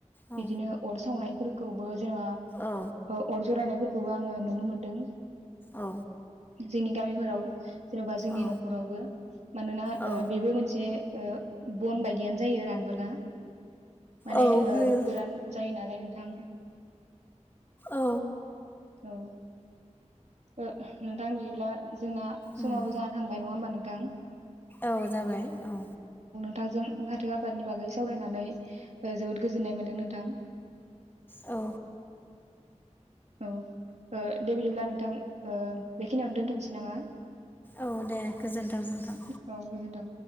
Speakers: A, on the left; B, on the right.
A: औ
B: बिदिनो अर सावनाय फोरखौबो जेनेबा
A: औ
B: ओ अर जरायनायफोरखौबो आङो नुनो मोनदों।
A: औ
B: जोंनि गामिफोराव जेनबा जोंनि
A: औ
B: नखरावबो मानोना
A: औ
B: ओ बेबो मोनसे ओ बन बायदियानो जायो रानबोला माने
A: औ
B: ओ
A: होयो
B: गोरान जायो नालाय थां
A: औ
B: औ ओ नोंथां बिदिब्ला जोंना समाबो
A: उम
B: जना थांबाय नङा होमबा नों थां
A: औ जाबाय औ।
B: नोंथांजों फाथो आबादनि बागै सावरायनानै ओ जोबोद गोजोननाय मोनदों नोंथां
A: औ
B: औ ओ दे बिदिब्ला नोंथां ओ बेखिनियावनो दोनथ'नोसै नामा
A: औ दे गोजोनथों नोंथां
B: औ गोजोन्थों।